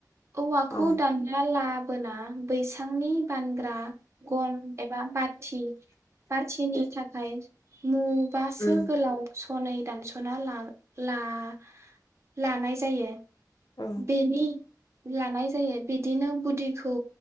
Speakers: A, on the right; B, on the left.
A: औवाखौ
B: औ
A: दानना ला बोना बैसांनि बानग्रा गन एबा बाथि बाथिनि थाखाय मु बासो
B: उम
A: गोलाव सनै दानस' ला ला-लानाय जायो।
B: औ
A: बेनि लानाय जायो बिदिनो गुदिखौ